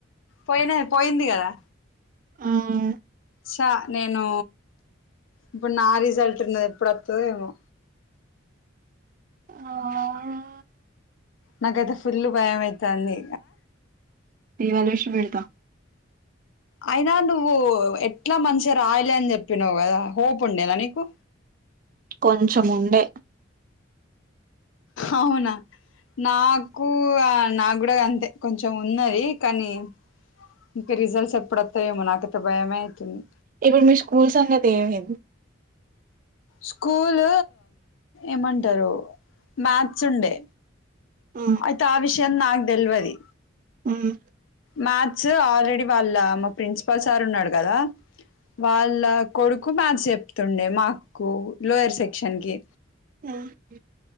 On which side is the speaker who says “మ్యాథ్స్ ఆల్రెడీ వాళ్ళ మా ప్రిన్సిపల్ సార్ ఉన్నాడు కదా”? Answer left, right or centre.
Left